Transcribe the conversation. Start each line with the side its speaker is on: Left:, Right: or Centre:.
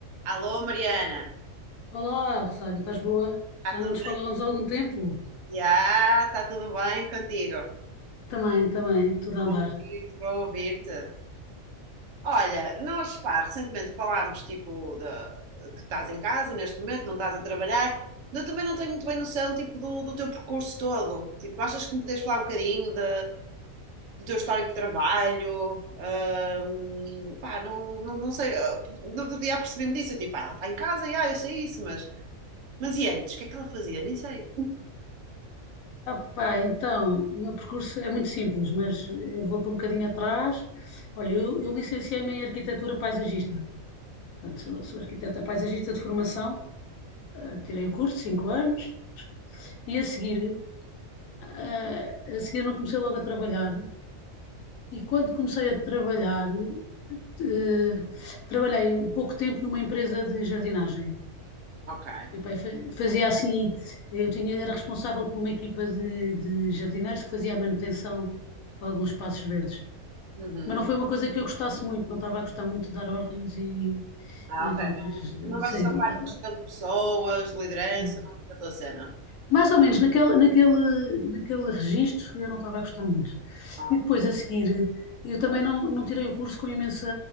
Right: Alô, Mariana,
Left: Olá, Rosário, estás boa?
Right: está
Left: Já
Right: tudo
Left: não nos
Right: bem?
Left: falávamos há algum tempo?
Right: Já, está tudo bem contigo?
Left: Também, também, tudo a andar.
Right: Bom ouvir-te, bom ouvir-te. Olha, nós, pá, recentemente falámos, tipo, de, que estás em casa neste momento, não estás a trabalhar. Eu também não tenho muito bem noção, tipo, do, do teu percurso todo. Tipo, achas que me podes falar um bocadinho de- do teu histórico de trabalho? Ahm, pá, não, não, não sei, ah, no outro dia apercebi-me disso, eu, tipo, ah, ela está em casa, já, eu sei isso, mas... Mas e antes, o que é que ela fazia? Nem sei.
Left: Ah, pá, então, o meu percurso é muito simples, mas eh, volto um bocadinho atrás. Olha, eu, eu licenciei-me em arquitetura paisagista. Portanto, sou, sou arquiteta paisagista de formação, Ah, tirei o curso, cinco anos, e a seguir, ah, a seguir não comecei logo a trabalhar. E quando comecei a trabalhar, eh, trabalhei pouco tempo numa empresa de jardinagem.
Right: Ok.
Left: Epá, fa- fazia assim, eu tinha, era responsável por uma equipa de, de jardineiros que fazia a manutenção de alguns espaços verdes.
Right: Uhum.
Left: Mas não foi uma coisa que eu gostasse muito, não estava a gostar muito de dar ordens e,
Right: Ah,
Left: e então
Right: ok.
Left: depois
Right: Não,
Left: eh,
Right: não gostas
Left: saí
Right: da
Left: do
Right: parte
Left: laboratório.
Right: de gestão de pessoas, de liderança,
Left: Eh,
Right: não é a tua cena.
Left: Mais ou menos naquele, naquele, naquele registro eu não estava a gostar muito.
Right: Ah,
Left: E
Right: ok.
Left: depois a seguir, eu também não, não tirei o curso com imensa,